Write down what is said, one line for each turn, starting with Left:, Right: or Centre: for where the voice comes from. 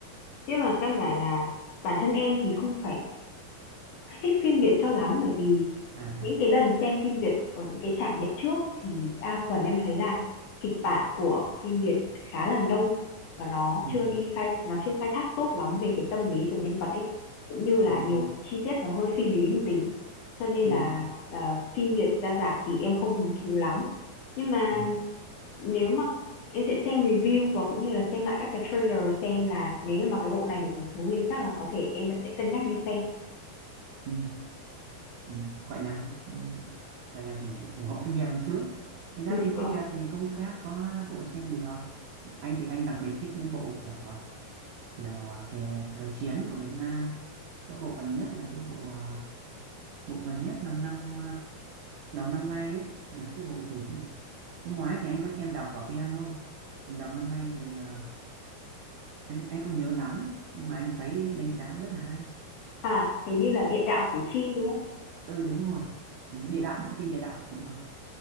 Left: chứ mà căn bản là bản thân em thì không phải thích phim Việt cho lắm bởi vì
Right: à
Left: những cái lần xem phim Việt ở những cái trải nghiệm trước thì đa phần em thấy là kịch bản của phim Việt khá là nông và nó
Right: ừ,
Left: chưa đi khai nó chưa khai thác tốt lắm về cái tâm lý của nhân vật ấy cũng như là
Right: ừ,
Left: nhiều
Right: ừ,
Left: chi tiết nó hơi phi lý một tí cho nên
Right: ừ,
Left: là ờ, phim Việt ra rạp thì em không hứng thú lắm nhưng mà
Right: ừ,
Left: nếu mà em sẽ xem review và cũng như là xem lại các cái trailer xem là nếu như mà cái bộ này đủ hứng thú thì chắc là có thể em vẫn sẽ cân nhắc đi xem
Right: ừ, ừ. gọi là ừ, gọi là gì nhỉ ủng hộ phim Việt một chút thực ra
Left: ừ,
Right: thì
Left: ừ.
Right: phim Việt thì cũng các có bộ xem được anh thì anh đặc biệt thích những bộ kiểu à, kiểu à, về thời chiến của Việt Nam có bộ gần nhất là cái bộ à, bộ gần nhất là năm à, đầu năm nay ấy là cái bộ gì Năm ngoái thì anh có xem Đào phở piano. Còn đầu năm nay thì ờ, anh anh không nhớ lắm nhưng mà anh thấy đánh giá rất là hay.
Left: À, hình như là Địa đạo Củ Chi, đúng không?
Right: Ừ đúng rồi. Địa đạo, phim địa đạo đúng rồi.